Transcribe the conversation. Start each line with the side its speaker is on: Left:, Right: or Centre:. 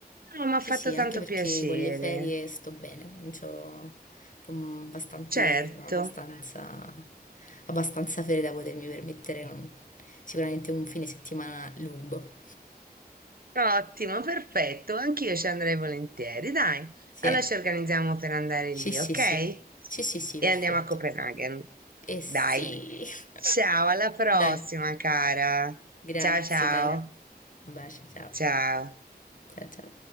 Right: Oh, mi ha
Left: Sì,
Right: fatto
Left: sì,
Right: tanto
Left: anche perché
Right: piacere.
Left: con le ferie sto bene, non c'ho, c'ho un- bastante,
Right: Certo.
Left: abbastanza, abbastanza ferie da potermi permettere un- sicuramente un fine settimana lungo.
Right: Ottimo, perfetto, anch'io ci andrei volentieri, dai.
Left: Sì,
Right: Allora ci organizziamo per andare
Left: sì,
Right: lì,
Left: sì,
Right: ok?
Left: sì, sì, sì, sì, perfetto.
Right: E andiamo a Copenaghen.
Left: E sì,
Right: Dai. Ciao,
Left: <laughs>
Right: alla prossima,
Left: dai,
Right: cara.
Left: grazie,
Right: Ciao, ciao.
Left: dai. Un bacio, ciao,
Right: Ciao.
Left: ciao, ciao.